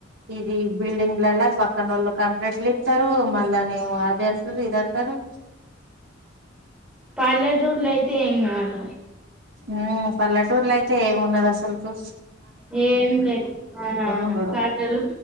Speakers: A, on the right (about 80°); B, in the centre.
A: ఇది బిల్డింగ్లల్ల పక్కనోళ్ళు కంప్లేంట్లిత్తరూ మళ్ళనేవో అదంటరు ఇదంట్ టరు
B: పల్లెటూర్లైతే ఏంగాదు
A: ఊ పల్లెటూర్లైతే ఏమున్నదసలుకు
B: ఏం లేదు ఆ
A: ఉండడు
B: కట్టెలు